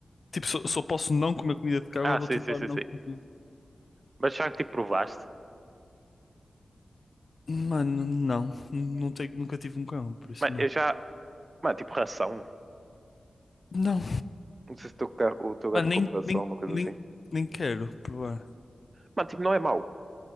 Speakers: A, on the left; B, on the right.
A: Tipo, só, só posso não comer comida de cão,
B: Ah,
A: eu vou
B: sim,
A: tentar
B: sim, sim,
A: não
B: sim.
A: comer. comida-
B: Mas já que tipo provaste?
A: Mano, não. Não tenho, nunca tive um cão, por isso
B: Mano,
A: não.
B: eu já. Mano, tipo ração.
A: Não.
B: Não sei se o teu, ca- o teu gato
A: Mano,
B: come
A: nem,
B: ração,
A: nem,
B: uma coisa
A: nem,
B: assim.
A: nem quero provar.
B: Mano, tipo, não é mau,